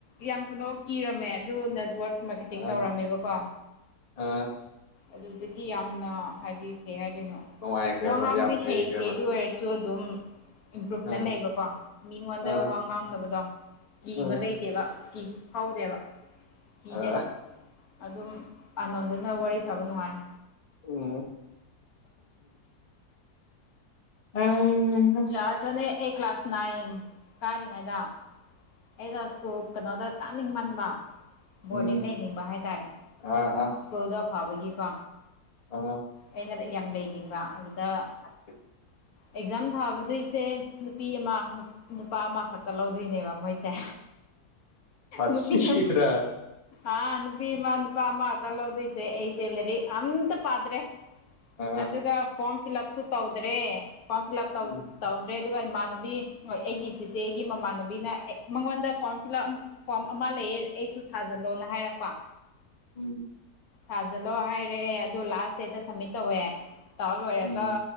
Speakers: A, on the left; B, on the left.
A: ꯌꯥꯝ ꯀꯩꯅꯣ ꯀꯤꯔꯝꯃꯦ ꯑꯗꯨ ꯅꯦꯠꯋꯔꯛ ꯃꯥꯔꯀꯦꯇꯤꯡ
B: ꯑ
A: ꯇꯧꯔꯝꯃꯦꯕꯀꯣ
B: ꯑ
A: ꯑꯗꯨꯗꯒꯤ ꯌꯥꯝꯅ ꯍꯥꯏꯕꯗꯤ ꯀꯩ ꯍꯥꯏꯗꯣꯏꯅꯣ
B: ꯅꯨꯡꯉꯥꯏꯈ꯭ꯔꯦꯕ
A: ꯋꯥ ꯉꯥꯡꯕꯗꯤ
B: ꯌꯥꯝ ꯍꯩꯈ꯭ꯔꯦꯕ
A: ꯍꯩꯇꯦ ꯑꯗꯨ ꯑꯣꯏꯔꯁꯨ ꯆꯣ ꯑꯗꯨꯝ ꯏꯝꯄ꯭ꯔꯨꯚꯃꯦꯟ
B: ꯑ
A: ꯂꯩꯕꯀꯣ ꯃꯤꯉꯣꯟꯗ
B: ꯑ
A: ꯋꯥ ꯉꯥꯡꯅꯕꯗꯣ ꯀꯤꯕ
B: ꯑ
A: ꯂꯩꯇꯦꯕ ꯐꯥꯎꯗꯦꯕ ꯀꯤꯗꯦ
B: ꯑ
A: ꯑꯗꯨꯝ ꯑꯥꯅꯣꯟꯗꯨꯅ ꯋꯥꯔꯤ ꯁꯥꯕ ꯅꯨꯡꯉꯥꯏ
B: ꯎꯝ ꯎꯝ
A: ꯆꯥꯖꯅꯦ ꯑꯦ ꯀ꯭ꯂꯥꯁ ꯅꯥꯏꯟ ꯀꯥꯔꯤꯉꯩꯗ ꯑꯩꯗꯣ ꯁ꯭ꯀꯨꯜ ꯀꯩꯅꯣꯗ ꯀꯥꯅꯤꯡꯃꯟꯕ
B: ꯎꯝ
A: ꯕꯣꯔꯗꯤꯡ ꯂꯩꯅꯤꯡꯕ ꯍꯥꯏꯇꯥꯔꯦ
B: ꯑ ꯑ
A: ꯁ꯭ꯀꯨꯜꯗ ꯐꯥꯕꯒꯤꯀꯣ
B: ꯑꯣ
A: ꯑꯩꯅ ꯌꯥꯝ ꯂꯩꯅꯤꯡꯕ ꯑꯗꯨꯗ
B: ꯑ
A: ꯑꯦꯛꯖꯥꯝ ꯊꯥꯕꯗꯣꯏꯁꯦ ꯅꯨꯄꯤ ꯑꯃ ꯅꯨꯄꯥ ꯑꯃꯈꯛꯇ ꯂꯧꯗꯣꯏꯅꯦꯕ ꯃꯣꯏꯁꯦ
B: ꯁꯥꯊꯤꯗ꯭ꯔꯥ
A: ꯅꯨꯄꯤ ꯌꯥꯝ ꯑ ꯅꯨꯄꯤꯤ ꯏꯃ ꯅꯨꯄꯥ ꯑꯃ ꯇꯂꯣꯗꯁꯦꯁꯦꯂꯔꯤ ꯑ ꯇ ꯄꯗ꯭ꯔꯦ
B: ꯑ
A: ꯑꯗꯨꯒ ꯐꯣꯔꯝ ꯐꯤꯜ ꯑꯞꯁꯨ ꯇꯧꯗ꯭ꯔꯦ ꯐꯣꯔꯝ ꯐꯤꯜꯞ ꯇꯧ
B: ꯎꯝ
A: ꯇꯧ ꯦ ꯑꯗꯨꯒ ꯏꯃꯥꯟꯅꯕꯤ ꯑꯩꯒꯤ ꯆꯆꯦ ꯑꯩꯒꯤ ꯃꯃꯥꯟꯅꯕꯤꯅ ꯃꯉꯣꯟꯗ ꯐꯣꯔꯝ ꯐꯤꯜ ꯑꯞ ꯐꯣꯝ ꯑꯃ ꯂꯩꯌꯦ ꯑꯩꯁꯨ ꯊꯥꯖꯤꯜꯂꯣꯅ ꯍꯥꯏꯔꯛꯄ
B: ꯎꯝ
A: ꯊꯥꯖꯜꯂꯣ ꯍꯥꯏꯔꯦ ꯑꯗꯨ ꯂꯥꯁ ꯗꯦꯗꯠꯇ ꯁꯕꯃꯤꯠ ꯇꯧꯋꯦ ꯇꯥ ꯂꯣꯏꯔꯒ
B: ꯎꯝ